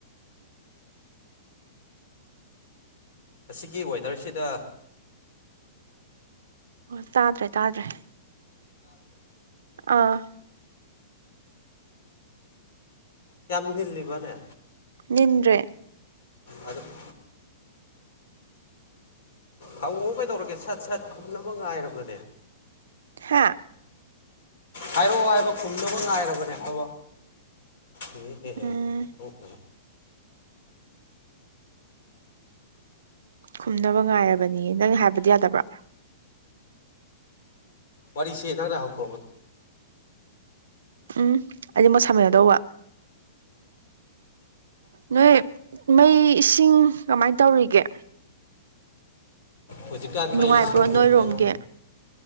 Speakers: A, on the left (about 65°); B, on the right (about 85°).
A: ꯑꯁꯤꯒꯤ ꯋꯦꯗꯔꯁꯤꯗ
B: ꯑꯣ ꯇꯥꯗ꯭ꯔꯦ ꯇꯥꯗ꯭ꯔꯦ ꯑꯥ
A: ꯌꯥꯝ ꯜꯂꯤꯕꯅꯦ
B: ꯌꯦꯗ꯭ꯔꯦ
A: ꯑꯗꯨꯗ ꯍꯪꯉꯛꯑꯣ ꯀꯩꯗꯧꯔꯒꯦ ꯁꯠ ꯁꯠ ꯈꯨꯝꯅꯕ ꯉꯥꯏꯔꯕꯅꯦ
B: ꯍꯥ
A: ꯍꯥꯏꯔꯛꯑꯣ ꯍꯥꯏꯕ ꯈꯨꯝꯗꯨꯃꯛ ꯉꯥꯏꯔꯕꯅꯤ ꯑꯍ ꯌꯦ ꯍꯦ ꯍꯊ
B: ꯎꯝ ꯈꯨꯝꯅꯕ ꯉꯥꯏꯔꯕꯅꯤ ꯅꯪ ꯍꯥꯏꯕꯗꯤ ꯌꯥꯗꯕ꯭ꯔꯥ
A: ꯋꯥꯔꯤꯁꯤꯦ ꯊꯪꯔ ꯍꯛꯄꯣ
B: ꯎꯝ ꯑꯩꯗꯤ ꯃꯁꯥꯃꯦꯒꯗꯧꯕ ꯅꯣꯏ ꯃꯩ ꯏꯁꯤꯡ ꯀꯃꯥꯏꯅ ꯇꯧ ꯇꯧꯔꯤꯒꯦ
A: ꯍꯧꯖꯤꯛꯀꯥꯟ
B: ꯅꯨꯡꯉꯥꯏꯕ꯭ꯔꯣ
A: ꯃꯩ ꯏꯁꯤꯡꯕꯨ
B: ꯅꯣꯏꯔꯣꯝꯒꯤ
A: ꯀꯩꯅꯣ